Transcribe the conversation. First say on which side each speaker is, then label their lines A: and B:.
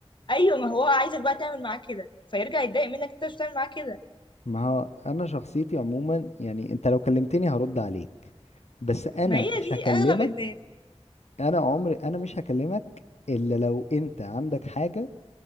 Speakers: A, on the left (about 45°); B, on the left (about 80°).
A: أيوة ما هو عايزك بقى تعمل معاه كده فيرجع يتضايق منك أنت مش بتعمل معاه كده
B: ما هو انا شخصيتي عموما يعني انت لو كلمتني هرد عليك بس انا
A: ما هي
B: مش
A: دي
B: هكلمك
A: اغلب الناس
B: انا عمري انا مش هكلمك الا لو انت عندك حاجة